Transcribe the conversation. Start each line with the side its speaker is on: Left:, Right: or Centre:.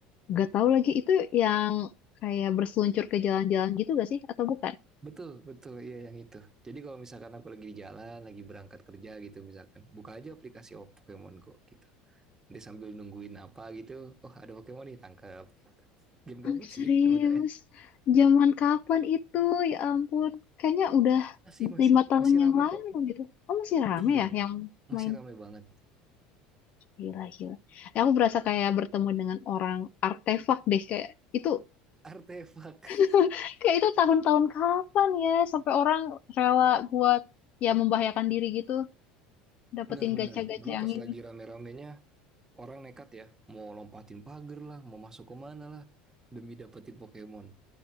Left: gak tahu lagi itu yang kayak berseluncur ke jalan-jalan gitu gak sih atau bukan?
Right: Betul, betul. Iya yang itu. Jadi kalau misalkan aku lagi di jalan, lagi berangkat kerja gitu misalkan, buka aja aplikasi oh, Pokemon Go gitu. Nanti sambil nungguin apa gitu, oh ada Pokemon nih tangkap gitu. Game gabut
Left: Ah,
Right: sih
Left: serius,
Right: sebenarnya.
Left: zaman kapan itu? Ya ampun, kayaknya udah
Right: Masih masih
Left: lima tahun
Right: masih
Left: yang
Right: ramai
Left: lalu
Right: kok.
Left: gitu. Oh masih rame
Right: Iya,
Left: ya yang
Right: masih
Left: main?
Right: ramai banget.
Left: Gila, gila. Eh, Aku berasa kayak bertemu dengan orang artefak deh kayak itu
Right: Artefak.
Left: <laughs> Kayak itu tahun-tahun kapan ya sampai orang rela buat ya membahayakan diri gitu dapetin
Right: Benar-benar.
Left: gacha-gacha
Right: Dulu
Left: yang
Right: pas
Left: ini.
Right: lagi rame-ramenya orang nekat ya, mau lompatin pagar lah, mau masuk ke mana lah demi dapetin Pokemon.